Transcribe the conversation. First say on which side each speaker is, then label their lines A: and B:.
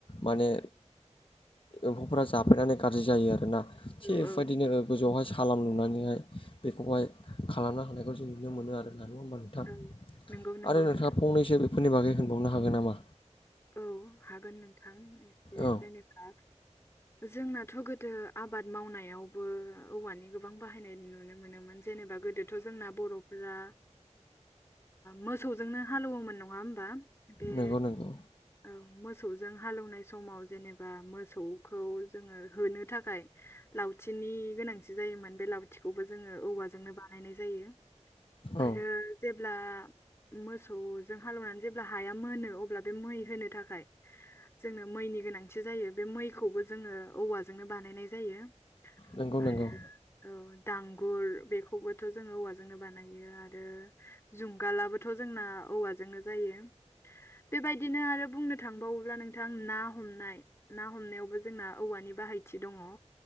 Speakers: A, on the left; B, on the left.
A: माने एम्फौफोरा जाफायनानै गाज्रि जायो आरोना थिग
B: औ
A: बेबायदिनो
B: औ
A: गोजौआवहाय सालाम लुनानैहाय बेखौहाय खालामनो हानायखौ जों नुनो मोनो आरो ना नङा होमबा नोंथां
B: औ नंगौ नंगौ
A: आरो नोंथाङा
B: नोंथां
A: फंनैसो बेफोरनि बागै होनबावनो हागोन नामा
B: औ हागोन नोंथां एसे
A: औ
B: जेनेबा जोंनाथ' गोदो आबाद मावनायावबो औवानि गोबां बायनाय नुनो मोनोमोन जेनेबा गोदोथ' जोंना बर'फोरा मोसौजोंनो हालौएवोमोन नङा होमबा बे
A: नंगौ नंगौ
B: औ मोसौजों हालौवनाय समाव जेनेबा मोसौखौ जोङो होनो थाखाय लावथिनि गोनांथि जायोमोन बे लावथिखौबो जोङो औवाजोंनो बानायनाय जायो
A: औ
B: आरो जेब्ला मोसौजों हालेएवनानै जेब्ला हाया मोनो अब्ला बे मै होनो थाखाय जोंनो मैनि गोनांथि जायो बे मैखौबो जोङो औवाजोंनो बानायनाय जायो।
A: नंगौ नंगौ
B: आरो। औ दांगुर बेखौबोथ' जोङो औवाजोंनो बानायो आरो जुंगालाबोथ' जोंना औवाजोंनो जायो। बेबायदिनो आरो बुंनो थांबावोब्ला नोंथां ना हमनाय ना हमनायावबो जोंना औवानि बाहायथि दङ।